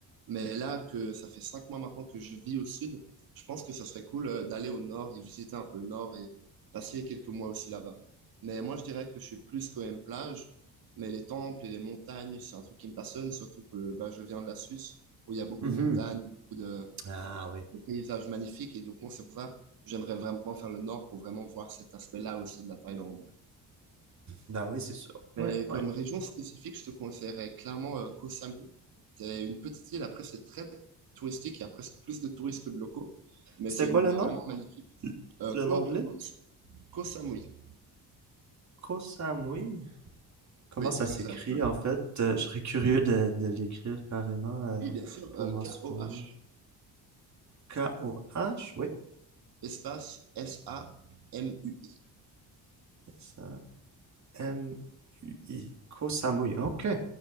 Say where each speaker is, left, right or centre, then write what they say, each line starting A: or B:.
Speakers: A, on the right; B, on the right.
A: Mais là, que ça fait cinq mois maintenant que je vis au sud, je pense que ça serait cool euh, d'aller au nord et visiter un peu le nord et passer quelques mois aussi là-bas. Mais moi, je dirais que je suis plus quand même plage, mais les temples et les montagnes, c'est un truc qui me passionne, surtout que bah, je viens de la Suisse, où il y a beaucoup
B: Mhm.
A: de montagnes, beaucoup de,
B: Ah oui,
A: le paysage magnifique. Et donc moi c'est pour ça que j'aimerais vraiment faire le nord pour vraiment voir cet aspect-là aussi de la Thaïlande. ouais.
B: bah oui, c'est sûr. Ouais,
A: Mais
B: ouais.
A: comme région spécifique, je te conseillerais clairement euh, Koh Samui. C'est une petite île. Après, c'est très touristique. Il y a presque plus de touristes que de locaux. Mais
B: C'était
A: c'est
B: quoi
A: une
B: le
A: île
B: nom?
A: vraiment magnifique.
B: Le
A: Euh,
B: le
A: Koh,
B: nom
A: euh,
B: de l'île?
A: Koh- Koh Samui.
B: Koh Samui? Comment
A: Oui,
B: ça s'écrit
A: exact. ouais.
B: en fait? Euh, je serais curieux de, de l'écrire carrément euh,
A: Oui, bien sûr.
B: pour
A: euh,
B: m'en
A: K-O-H,
B: souvenir. K-O-H, oui.
A: espace S-A-M-U.
B: Ça, M-U-I. Koh Samui. Ok, Eh,